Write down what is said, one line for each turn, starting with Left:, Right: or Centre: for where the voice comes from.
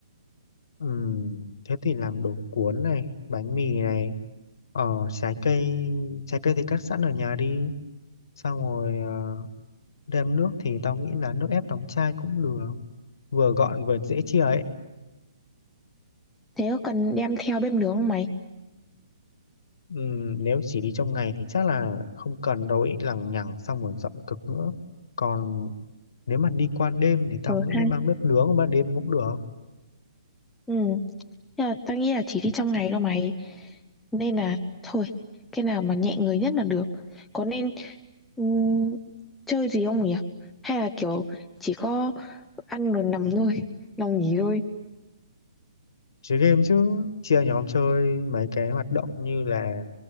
Left: Ừm, thế thì làm đồ cuốn này, bánh mì này, ờ, trái cây, trái cây thì cắt sẵn ở nhà đi. Xong rồi ờ, đem nước thì tao nghĩ là nước ép đóng chai cũng được, vừa gọn vừa dễ chia ấy.
Centre: Thế có cần đem theo bếp nướng không mày?
Left: Ừm, nếu chỉ đi trong ngày thì chắc là không cần đâu ý, lằng nhằng xong rồi dọn cực nữa. Còn nếu mà đi qua đêm thì tao
Centre: Ờ
Left: nghĩ
Centre: ha.
Left: mang bếp nướng ban đêm cũng được.
Centre: Ừ. Nhưng mà tao nghĩ là chỉ đi trong ngày đâu mày. Nên là thôi, cái nào mà nhẹ người nhất là được. Có nên ừm, chơi gì không nhỉ? Hay là kiểu chỉ có ăn rồi nằm thôi, <laughs> nằm nghỉ thôi.
Left: Chơi game chứ, chia nhóm chơi mấy cái hoạt động như là